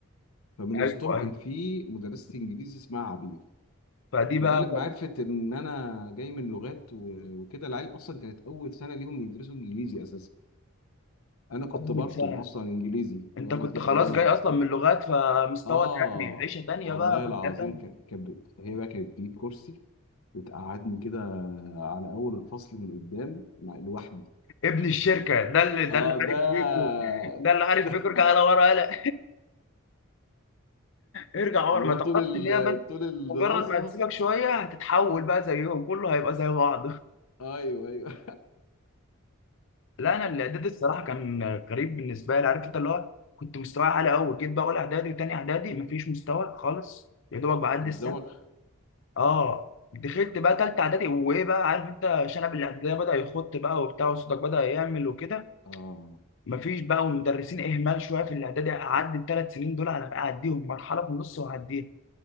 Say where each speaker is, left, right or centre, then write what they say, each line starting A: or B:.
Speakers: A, on the left (about 80°); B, on the left (about 60°).
A: فمن
B: ايوه
A: وسطهم
B: ايوه
A: كان في مدرسه انجليزي اسمها عبير
B: فدي
A: فدي
B: بقى
A: لما
B: كانت
A: عرفت ان انا جاي من لغات و- وكده العيال اصلا كانت اول سنه ليهم يدرسوا انجليزي اساسا انا كنت
B: أول
A: برطم
B: سنة
A: اصلا انجليزي
B: انت
A: فاهم
B: كنت
A: ازاي
B: خلاص
A: ايامها
B: جاي اصلا من لغات فمستوى
A: اه
B: تاني عيشة تانية
A: والله
B: بقى في
A: العظيم
B: حياة تانية
A: ك- كانت بت- هي بقى كانت بتجيب كرسي وتقعدني كده على اول الفصل من قدام مع لوحدي
B: ابن الشركة ده اللي ده
A: اه
B: اللي
A: ده
B: عارف بيكو
A: <laughs>
B: ده اللي عارف
A: ده
B: بيكو ارجع على ورا قلق ارجع ورا
A: اللي
B: ما
A: هو
B: تعرفش
A: طول
B: ان هي
A: ال...
B: بس
A: طول الدراسه
B: مجرد ما هتسيبك شوية هتتحول بقى زيهم كله هيبقى زي بعض
A: ايوه ايوه
B: لا انا الاعدادي الصراحه كان غريب بالنسبه لي عارف انت اللي هو كنت مستواي عالي قوي جيت بقى اول اعدادي وتاني اعدادي مفيش مستوى خالص يا دوبك بعدي
A: <laughs> كنت بتزوغ
B: السنه اه دخلت بقى تالتة اعدادي وايه بقى عارف انت شنب الاعداديه بدا يخط بقى وبتاع وصوتك بدا يعمل وكده
A: اه
B: مفيش بقى والمدرسين اهمال شويه في الاعدادي اعدي الثلاث سنين دول على اعديهم مرحله في النص واعديها